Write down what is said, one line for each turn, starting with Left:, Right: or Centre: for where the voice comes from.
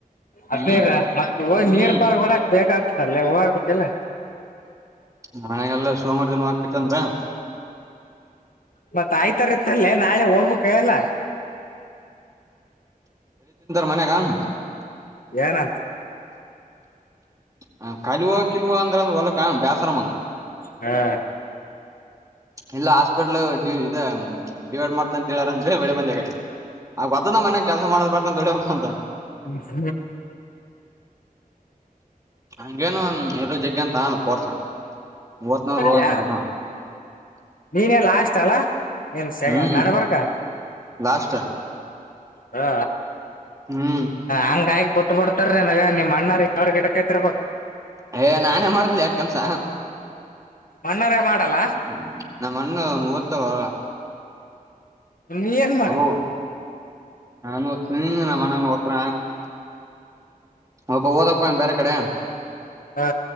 Left: ಅದೇ
Right: ಹ್ಮ್
Left: ಹ್
Right: ಹ್ಮ್
Left: ನೀರ್ ಪಾರ್ಕ್ ಹೊಡಕ್ ಬೇಕಾಗ್ತ ಅಲ್ಲೇ ಹೂಾಗಬೇಕಲ್ಲ
Right: ನಣಾಗಲ್ಲ ಸೋಮಾರದನ್ ಆಕತಂದ್ರ
Left: ಮತ್ತ ಆಯ್ತರ ಇತ್ತಲ್ಲೇ ನಾಳೆ ಹೋಗ್ಬೇಕ ಎಲ್ಲ <inaudible>
Right: ಮನೆ ಕಾಮ
Left: ಏನ
Right: ಹ ಕಲುವ ಕಿಲವ ಅಂದ್ರಂದ್ರ ಹೊಲಕ ಬೇಾಸರ ಮಗ
Left: ಹ್ಮ್
Right: ಇಲ್ಲಾ ಹಾಸ್ಪಿಟ್ಲ್ಡಿ ಇದ ಡಿವೈಡ್ ಮಾಡ್ತ ಅಂತ ಹೇಳಾರಂದ ಬೆಳೆ ಬಂದೆ ಕಡೆ ಆ ಗದ ಮನ್ಯಾಗ ಕೆಲಸ ಮಾಡದ್ ಬರ್ತ ಅಂತ ಅಂತ
Left: ಹ್ಮ್
Right: ಹಂಗೇನು ಎರಡು ಜಗ್ಂತ ತಾನಲ್ಲ ಪೋರ್ಸ ಓತ್ನಂದ್ರ ಹೋಗಂತಾರ
Left: ಯ
Right: ಅವ್ರ.
Left: ನೀನೇ ಲಾಸ್ಟ್ ಅಲ್ಲ ಏನ್ ಸ
Right: ಹ್ಮ್
Left: ನಡ ಬರ್ಕ
Right: ಲಾಸ್ಟ್
Left: ಹ
Right: ಹ್ಮ್
Left: ಹಂಗ ಗಾಯಕಟ್ಟ ಬ ಬಿಡ್ತಾರ ನನಗ ನೀನ್ ಮಾಡಣ್ಣಾರ ಯಾವ್ರ ಗಿಡಕೈತ್ರ್ ಬ
Right: ಏ ನಾನೇ ಮಾಡ್್ದನಿ ಯ ಕೆಲ್ಸ
Left: ಮಣ್ಣಾರೆ ಮಾಡಲ್ಲ
Right: ್ಮ ನಮ್ಮ ಅಣ್ಣ ಒ ಓದ್ತಾರಳ
Left: ನೀ ಏನ್ ಮಾಡ
Right: ಅಬೋ ನ ನಣ ನತ್ರ ಹಬ ಓದನ್ ಬೇರೆ ಕಡೆ
Left: ಹಾ